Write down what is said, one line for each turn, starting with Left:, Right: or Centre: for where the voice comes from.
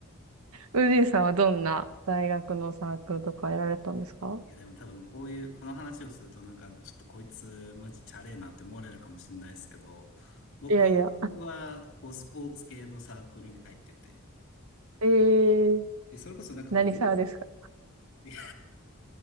Right: ウジーさんはどんな大学のサークルとかやられたんですか
Left: いや、でも多分こういう、この話をするとなんか、ちょっとこいつマジチャレーなって思われるかもしれないですけど、僕
Right: いやいや。
Left: は、こう、スポーツ系のサークルに入ってて、
Right: えー、
Left: で、それこそなんかこう、
Right: 何サーですか
Left: オール